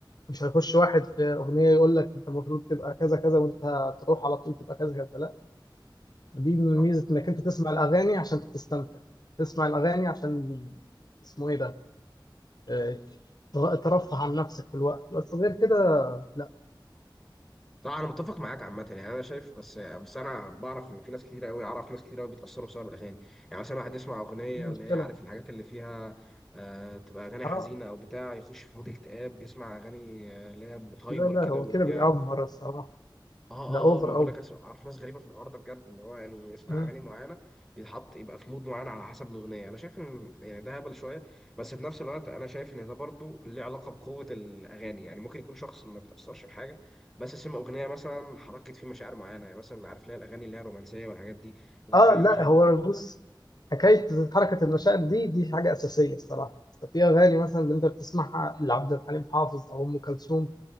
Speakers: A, on the left; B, in the centre.
A: مش هيخش واحد في اغنيه يقول لك انت المفروض تبقى كذا كذا وانت هتروح على طول تبقى كذا كذا لا دي ميزه
B: صح
A: انك انت تسمع الاغاني عشان تستمتع تسمع الاغاني عشان اسمه ايه ده آه، تر- ترفه عن نفسك في الوقت بس غير كده لا
B: طبعا انا متفق معاك عامة يعني انا شايف بس بس انا بعرف ان في ناس كتير قوي اعرف ناس كتير قوي بيتأثروا بسبب الاغاني يعني مثلا واحد يسمع اغنية
A: دي مشكله
B: اللي هي عارف الحاجات اللي فيها آه تبقى اغاني
A: اه
B: حزينة او بتاع يخش في مود اكتئاب يسمع اغاني آه، اللي هي بتهايبر
A: لا لا
B: كده
A: هو
B: وفيها
A: كده بيأفور الصراحه
B: اه
A: ده اوفر
B: اه اه ما بقول
A: قوي
B: لك أسمع- اعرف ناس غريبه في الحوار ده بجد اللي هو يعني يسمع
A: اه
B: اغاني معينه بيتحط يبقى في مود معين على حسب الاغنيه انا شايف ان يعني ده هبل شويه بس في نفس الوقت انا شايف ان ده برضو ليه علاقه بقوه الاغاني يعني ممكن يكون شخص ما بيتاثرش بحاجه بس سمع اغنيه مثلا حركت فيه مشاعر معينه يعني مثلا عارف ليه الاغاني اللي هي الرومانسيه والحاجات دي بتخلي
A: آه، لا
B: الواحد
A: هو بص حكايه حركه المشاعر دي دي حاجه اساسيه الصراحه في اغاني مثلا اللي انت بتسمعها لعبد الحليم حافظ او ام كلثوم